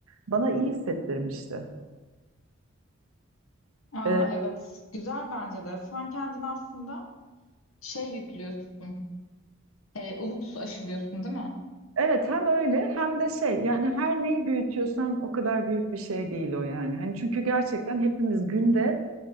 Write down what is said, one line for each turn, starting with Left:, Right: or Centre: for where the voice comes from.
Right: Bana iyi hissettirmişti.
Left: Aa,
Right: Ee,
Left: evet, güzel bence de. Sen kendini aslında şey yüklüyorsun, e, umut aşılıyorsun değil mi?
Right: evet hem öyle hem de şey yani her neyi büyütüyorsan o kadar büyük bir şey değil o yani. Hani çünkü gerçekten hepimiz günde